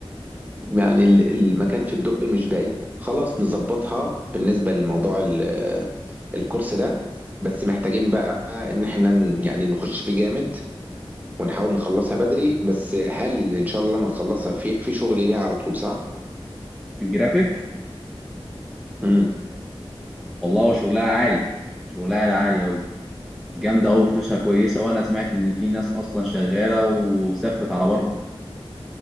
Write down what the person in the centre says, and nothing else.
الجرافيك
والله هو شغلها عالي شغلها عالي اوي جامدة أوي فلوسها كويسة وأنا سمعت إن في ناس أصلا شغالة وسافرت على بره